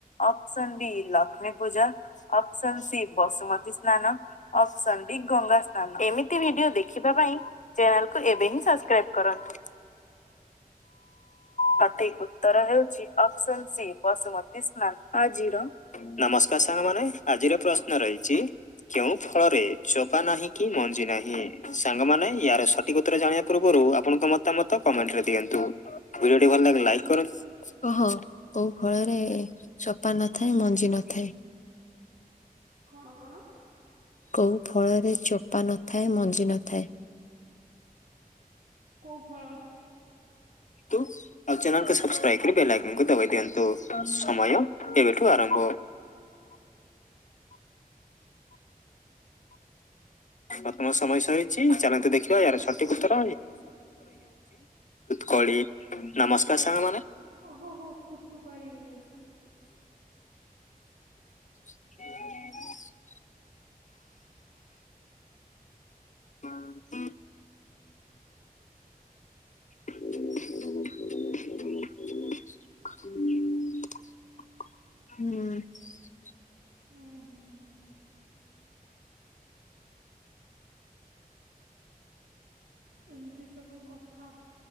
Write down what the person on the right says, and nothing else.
କଣ କଣ।
କୋଉ ଫଳ?
ଓହୋହୋ ତୁ ତୁ କଳିି।
ହୁଁ ହୁଁ ହୁଁ ଏମିତି ସବୁ କ ଥା